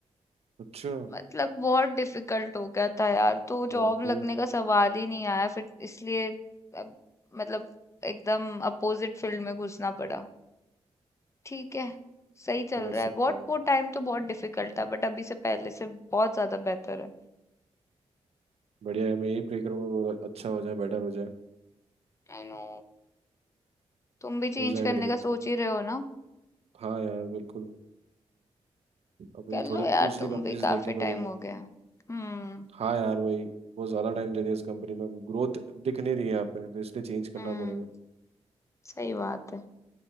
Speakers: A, on the right; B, on the left.
A: अच्छा
B: मतलब बहुत डिफिकल्ट हो गया था यार तो जॉब
A: बाप रे
B: लगने का सवाल ही नहीं आया फिर इसलिए अब मतलब एकदम अपोजिट फील्ड में घुसना पड़ा ठीक है सही चल
A: समझ
B: रहा
A: सकता
B: है बहुत
A: हूँ
B: वो टाइम तो बहुत डिफिकल्ट था बट अभी से पहले से बहुत ज्यादा बेहतर है
A: बढ़िया है मैं यही प्रे करूंगा बहुत अच्छा हो जाए बेटर हो जाए
B: I know तुम भी चेंज
A: हो जाएगा
B: करने
A: टिकट
B: का
A: तो
B: सोच ही रहे हो ना
A: हाँ यार बिल्कुल अब
B: कर
A: ये
B: लो
A: थोड़े
B: यार
A: दूसरी
B: तुम
A: कंपनी
B: भी
A: से
B: काफी
A: देखनी पड़ेगी
B: टाइम हो गया हम्म
A: हाँ यार वही बहुत ज़्यादा टाइम दे दिया इस कंपनी में ग्रोथ दिख नहीं रही है यहाँ पे तो इसलिए चेंज करना
B: हम्म
A: पड़ेगा
B: सही बात है